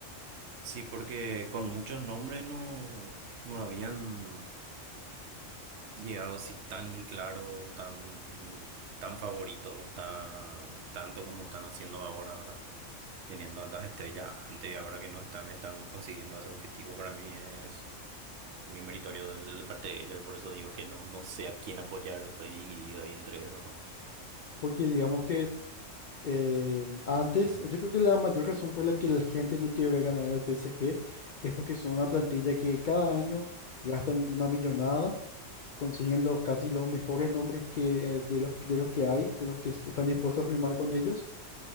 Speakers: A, on the right; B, on the left.
A: Sí, porque con muchos nombres no, no habían llegado así tan claro, tan, tan favoritos, tan, tanto como están haciendo ahora, ¿verdad? Teniendo a las estrellas antes, ahora que no están, están consiguiendo ese objetivo, para mí es muy meritorio de la parte de ellos y por eso digo que no, no sé a quién apoyar, estoy dividido ahí entre esos. ¿no?
B: Porque digamos que eh, antes, yo creo que la mayor razón por la que la gente no quiere ver ganar al PSG es porque son una plantilla que cada año gastan una millonada, consiguen los casi los mejores nombres que, eh, de los, de los que hay, de los que es- están dispuestos a firmar con ellos,